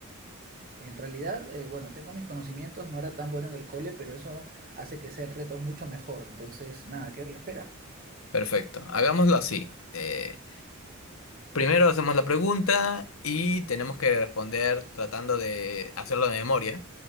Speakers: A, on the right; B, on the left.
A: En realidad, eh, bueno, tengo mis conocimientos, no era tan bueno en el cole, pero eso hace que sea el reto mucho mejor. Entonces, nada, quedo a la espera.
B: Perfecto, hagámoslo así. Eh, Primero hacemos la pregunta y tenemos que responder tratando de hacerlo de memoria,